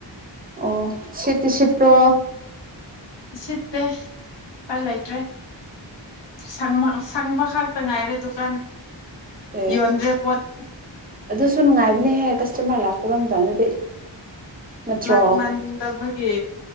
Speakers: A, on the right; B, on the left.
A: ꯑꯣ ꯁꯤꯠꯇꯤ ꯁꯤꯠꯄ꯭ꯔꯣ
B: ꯁꯤꯠꯇꯦ ꯎꯄꯥꯏ ꯂꯩꯇ꯭ꯔꯦ ꯁꯪꯕ ꯁꯪꯕ ꯈꯛꯇ ꯉꯥꯏꯔꯦ ꯗꯨꯀꯥꯟ
A: ꯑꯦ
B: ꯌꯣꯟꯗ꯭ꯔꯦ ꯄꯣꯠ
A: ꯑꯗꯨꯁꯨ ꯅꯨꯡꯉꯥꯏꯕ ꯅꯤꯍꯦ ꯀꯁꯇꯃꯔ ꯂꯥꯛꯇꯕ ꯃꯇꯝꯗꯗꯤ ꯅꯠꯇ꯭ꯔꯣ
B: ꯂꯥꯛ ꯃꯟꯗꯕꯒꯤ